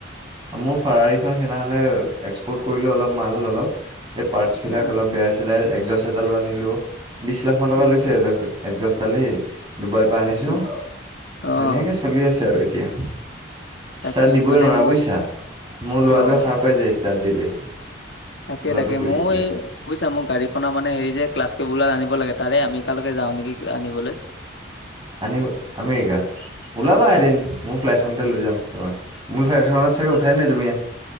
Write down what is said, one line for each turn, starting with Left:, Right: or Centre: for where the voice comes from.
Right: মোৰ ফাৰাৰী খন সেইদিনাখনে, এক্সপৰ্ট কৰিলো অলপ মাল ললোঁ। এই পাৰ্টছ বিলাক
Left: অ'
Right: অলপ বেয়া হৈছিলে, একজাছ এডালো আনিলো। বিশ লাখ মান টকা
Left: উম,
Right: লৈছে, এয একজাছ দাল হেই ডুবাইৰ পৰা আনিছো,
Left: তুম- অ'
Right: ধুনীয়াকে চলি আছে আৰু এ- তিয়া,
Left: তাকে
Right: ষ্টাৰ্ট দিবই
Left: মানে
Right: নোৱাৰা
Left: মোৰ
Right: বুজিছা, মোৰ লৰাটোৱে
Left: অ'
Right: সাৰ পাই যাই ষ্টা- ষ্টাৰ্ট দিলে।
Left: তাকে,
Right: ল'ৰাটো
Left: তাকে
Right: শুই
Left: মইও
Right: থাকিলে
Left: এই বুইছা, মোৰ গাড়ী খনৰ মানে হেৰি যে, ক্লাছ কেবোল দাল আনিব লাগে, তাৰে আমেৰিকালৈকে যাওঁ নেকি। আনিবলৈ
Right: আনিব, আমেৰিকা, উলাবা এদিন।
Left: উম,
Right: মোৰ ফ্লাইটখনতে লৈ যাম তোমাক, মোৰ ফ্লাইট খনত চাগে উঠাই নাই তুমি।